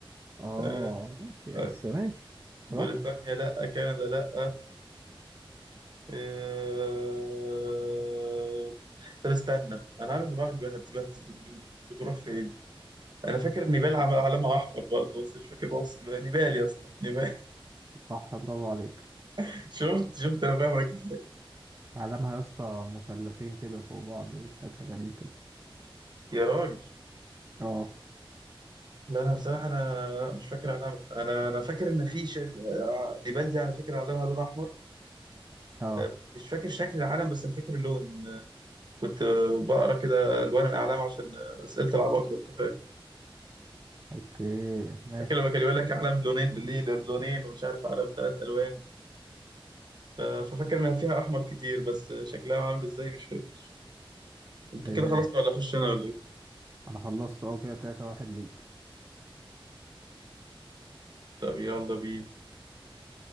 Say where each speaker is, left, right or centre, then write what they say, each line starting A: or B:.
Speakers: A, on the right (about 50°); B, on the right (about 30°).
A: <laughs>
B: اه
A: آه،
B: ماشي
A: آه.
B: بس ماشي
A: بريطانيا
B: براحتك
A: لا كندا لا آه، آه، طب استنى انا عارف دماغك بت- بت- بت- بت- بتروح فين انا فاكر النبال عمل علامه احمر برضه بس مش فاكر بص بقى نبال يا اسطى نبال
B: صح برافو عليك
A: <laughs> شفت شفت انا فاهمك ازاي
B: علمها يا اسطى مثلثين كده فوق بعض بشكل غريب كده
A: يا راجل
B: اه
A: لا انا بصراحه انا لا، مش فاكر علامه انا انا فاكر ان في ش... آه، نبال دي انا فاكر علامها لون احمر
B: اه
A: آه، مش فاكر شكل العلم بس انا فاكر اللون ان كنت آه، بقرا كده الوان الاعلام عشان آه، اسئله العباقره انت فاهم
B: اوكي ماشي
A: فاكر لما كان يقول لك علم لونين ليه لونين ومش عارف علم ثلاث الوان ف- ففاكر انها فيها احمر كتير بس شكلها عامل ازاي مش فاكر انت
B: ايه
A: كده خلصت ولا اخش انا ولا ايه
B: انا خلصت اه كده تلاتة واحد ليك
A: طب يلا بينا